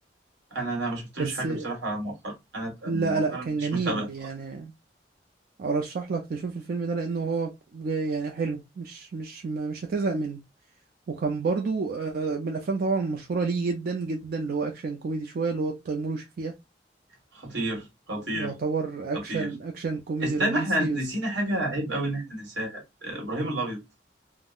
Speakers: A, on the right; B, on the right.
A: أنا أنا ما شفتلوش
B: بس
A: حاجة بصراحة مؤخرا أنا
B: لا
A: مؤخرا
B: لا كان
A: مش
B: جميل
A: متابع خالص
B: يعني ارشح لك تشوف الفيلم ده لانه هو بج- يعني حلو مش مش ما- مش هتزهق منه وكان برضو آه، من الافلام طبعا المشهوره ليه جدا جدا اللي هو اكشن كوميدي شويه اللي هو تيمور وشفيقة
A: خطير خطير
B: يعتبر
A: خطير
B: اكشن اكشن كوميدي
A: استنى
B: رومانسي
A: احنا
B: بس
A: نسينا حاجة عيب قوي ان احنا ننساها ابراهيم الابيض